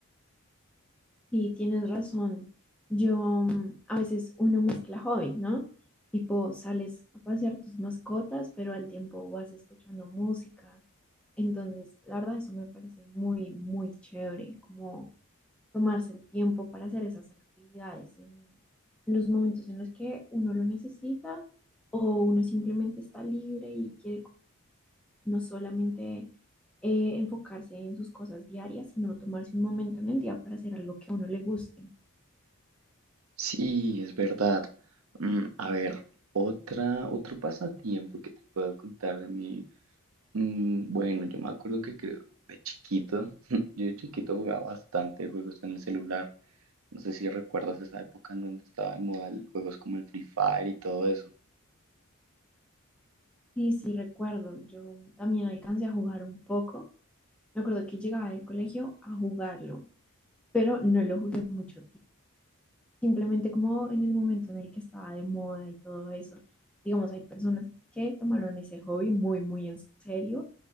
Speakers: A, in the centre; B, on the right.
A: Sí, tienes razón. Yo mm, a veces uno mezcla hobbies, ¿no? Tipo, sales a pasear tus mascotas, pero al tiempo vas escuchando música. Entonces, la verdad, eso me parece muy, muy chévere, como tomarse el tiempo para hacer esas actividades en los momentos en los que uno lo necesita o uno simplemente está libre y quiere co- no solamente eh, enfocarse en sus cosas diarias, sino tomarse un momento en el día para hacer algo que a uno le guste.
B: Sí, es verdad. Mm, a ver, otra, otro pasatiempo que te puedo contar de mí. Mm, bueno, yo me acuerdo que creo de chiquito, <laughs> yo de chiquito jugaba bastante juegos en el celular. No sé si recuerdas esa época en donde estaba de moda el- juegos como el Free Fire y todo eso.
A: Sí, sí, recuerdo. Yo también alcancé a jugar un poco. Me acuerdo que llegaba del colegio a jugarlo, pero no lo jugué mucho tiempo. Simplemente como en el momento en el que estaba de moda y todo eso. Digamos, hay personas que tomaron ese hobby muy, muy en serio